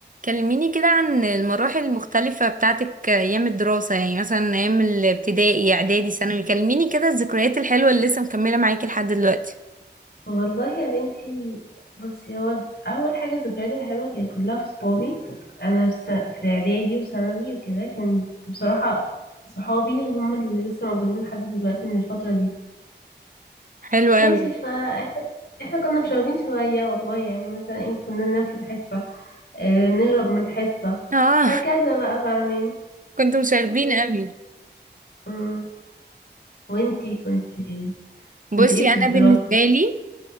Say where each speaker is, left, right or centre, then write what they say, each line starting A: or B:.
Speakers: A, on the right; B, on the left.
A: كلميني كده عن المراحل المختلفة بتاعتك أيام الدراسة يعني مثلا أيام الابتدائي إعدادي ثانوي كلميني كده الذكريات الحلوة اللي لسه مكملة معاكي لحد دلوقتي
B: والله يا بنتي بصي هو ز- اول حاجه الذكريات الحلوه كانت كلها في صحابي انا في س- في اعدادي وثانوي وكده كانت بصراحه صحابي هم اللي لسه موجودين لحد دلوقتي من الفتره دي
A: حلو
B: ماشي
A: قوي
B: فاحنا احنا كنا مشاغبين شويه والله يعني مثلا ايه كنا ننام في الحصه اه نهرب من الحصه
A: اه
B: هكذا بقى فاهمين
A: <laughs> كنتوا مشاغبين
B: و-
A: قوي
B: مم. وانتي كنتي
A: بصي
B: كنت ايه في
A: أنا
B: الدراسه
A: بالنسبة لي